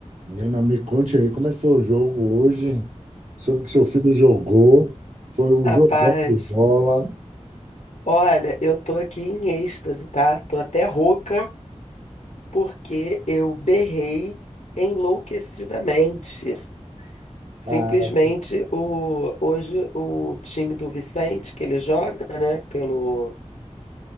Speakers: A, on the right; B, on the left.
A: Nina, me conte aí como é que foi o jogo hoje, soube que seu filho jogou, foi um
B: Rapaz,
A: jogão de bola,
B: olha, eu tô aqui em êxtase, tá? Tô até rouca porque eu berrei enlouquecidamente. Simplesmente
A: ah,
B: o, hoje o time do Vicente, que ele joga, né, pelo,